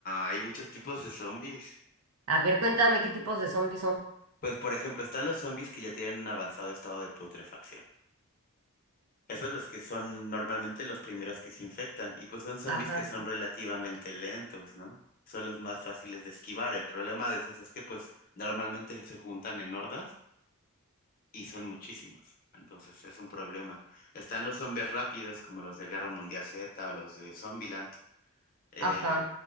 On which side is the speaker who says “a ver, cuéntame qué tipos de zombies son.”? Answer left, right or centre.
Right